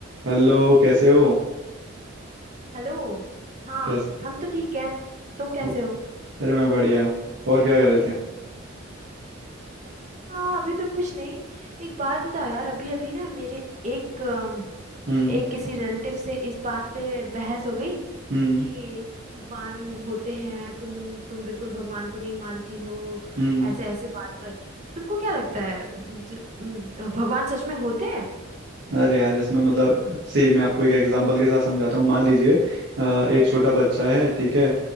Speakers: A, on the right (about 60°); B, on the right (about 35°).
A: Hello कैसे हो
B: हेलो हाँ
A: कैसे
B: हम तो ठीक है तुम कैसे
A: हो
B: हो
A: अरे मैं बढ़िया और क्या कर रहे थे
B: हाँ अभी तो कुछ नहीं एक बात बताओ यार अभी अभी ना मेरे एक अम,
A: हम्म
B: एक किसी रिलेटिव से इस बात पे बहस हो गई
A: हम्म
B: कि भगवान होते हैं तुम तुम बिल्कुल भगवान को नहीं मानती हो
A: हम्म
B: ऐसे ऐसे बात पर तुमको क्या लगता है ज- म, भगवान सच में होते हैं
A: अरे यार इसमें मतलब सही मैं आपको एक एग्जांपल के साथ समझाता हूँ मान लीजिए अ, एक छोटा बच्चा है ठीक है